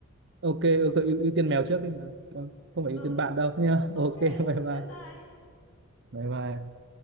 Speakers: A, on the right (about 55°); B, on the left (about 70°).
A: ok ok ưu, ưu tiên mèo trước đi Vâng, không phải
B: ừ
A: ưu tiên bạn đâu nha
B: ok
A: ok <laughs> bye bye
B: bye bye
A: bye bye